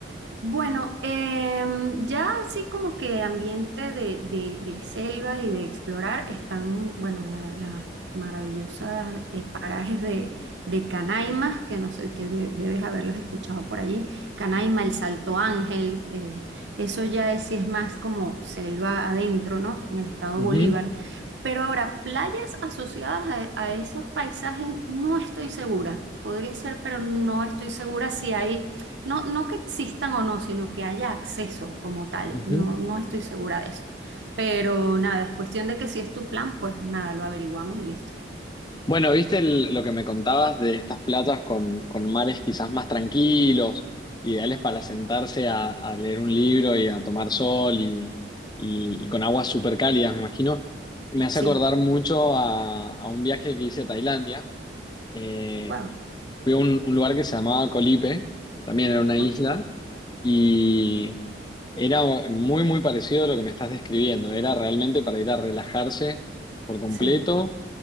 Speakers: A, on the right (about 75°); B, on the left (about 25°).
A: Bueno, em, ya así como que ambiente de, de- de selva y de explorar están, bueno, la- las maravillosas eh, parajes de, de Canaima, que no sé, que de- debes haberlos escuchado por allí. Canaima, el Salto Ángel, eh, eso ya es, sí es más como selva adentro, ¿no? En el estado
B: Ujú,
A: Bolívar. Pero ahora, playas asociadas a, a esos paisajes, no estoy segura. Podría ser, pero no estoy segura si hay no, no que existan o no, sino que haya acceso como tal.
B: ujú.
A: No, no estoy segura de eso. Pero nada, es cuestión de que si es tu plan, pues nada, lo averiguamos y listo.
B: Bueno, viste el- lo que me contabas de estas playas con, con mares quizás más tranquilos, ideales para sentarse a, a leer un libro y a tomar sol y, y- y con aguas súper cálidas, me imagino. Me hace
A: Sí,
B: acordar mucho a, a un viaje que hice a Tailandia. Eh,
A: wow,
B: fui a un, un lugar que se llamaba Colipe, también era una
A: ok,
B: isla, y era muy, muy parecido a lo que me estás describiendo. Era realmente para ir a relajarse por completo
A: sí,